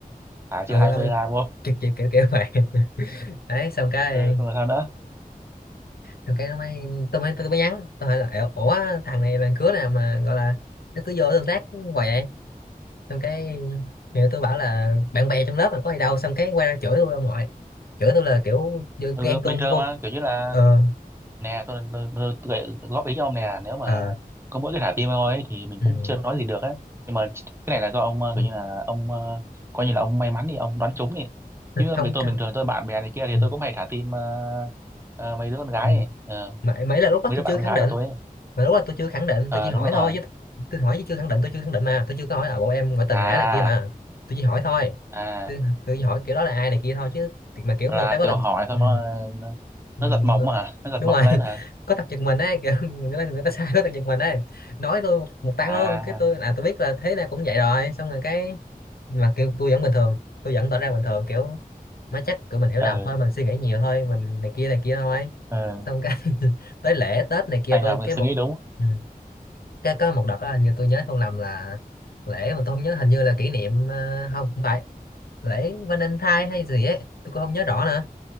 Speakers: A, on the right; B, on the left.
A: à chiêu
B: ừ,
A: hai
B: ừ
A: Vera vô
B: kiểu, kiểu kiểu kiểu vậy <laughs> đấy xong cái
A: ừ xong rồi sao nữa
B: rồi cái nó mới tôi mới tôi mới nhắn tôi hỏi là "Ủa ủa, thằng này là cứa nào mà gọi là nó cứ vô tương tác hoài vậy xong cái nhiều tôi bảo là bạn bè trong lớp mà có gì đâu xong cái quay ra chửi tôi ông nội chửi tôi là kiểu như
A: ừ
B: ghen tuông
A: bình thường
B: vô
A: mà kiểu như là
B: ờ
A: nè tôi tôi, tôi, tôi góp ý cho ông nè nếu mà
B: ờ
A: có mỗi cái thả tim thôi ấy, thì mình
B: ừ,
A: cũng chưa nói gì được á nhưng mà cái này là do ông ờ,
B: ừ,
A: kiểu như là ông ờ, coi như là ông may mắn thì ông đoán trúng đi
B: <laughs>
A: chứ
B: không
A: bên tôi
B: cao
A: bình thường tôi bạn bè này kia thì
B: ừ,
A: tôi cũng hay thả tim ờ, ờ, mấy đứa con gái
B: ừ.
A: ấy. Ờ,
B: mà mấy là lúc đó
A: mấy
B: tôi
A: đứa bạn
B: chưa
A: con
B: khẳng
A: gái
B: định
A: của tôi ấy.
B: mà lúc đó tôi chưa khẳng định
A: Ờ,
B: tôi chỉ hỏi
A: đúng rồi
B: thôi chứ tôi hỏi chứ chưa khẳng định tôi chưa khẳng định mà tôi chưa có hỏi là bộ em ngoại tình
A: à
B: hả này kia mà tôi chỉ hỏi thôi
A: à
B: tôi, tôi chỉ hỏi kiểu đó là ai này kia thôi chứ thì mà kiểu
A: là
B: người ta có
A: kiểu
B: tình
A: hỏi xong
B: ừ.
A: rồi nó
B: Nhìn
A: nó giật
B: người-
A: mộng
B: người-
A: hả nó giật
B: đúng
A: mộng
B: rồi <laughs>
A: lên hả
B: có tập giật mình ấy kiểu <laughs> người ta, người ta sai có tập giật mình ấy nói tôi một, một tăng
A: à
B: luôn cái tôi là tôi biết là thế này cũng vậy rồi xong rồi cái mà kêu tôi vẫn bình thường tôi vẫn tỏ ra bình thường kiểu má chắc kiểu mình hiểu
A: ờ
B: lầm thôi mình suy nghĩ nhiều thôi mình này kia này kia thôi
A: ờ
B: xong cái <laughs> tới lễ Tết này kia
A: anh
B: tôi
A: ngầm
B: cái
A: suy
B: một
A: nghĩ đúng
B: ừ, cái có một đợt đó hình như tôi nhớ không lầm là lễ mà tôi không nhớ hình như là kỷ niệm ờ, không không phải lễ Valentine hay gì ấy tôi cũng không nhớ rõ nữa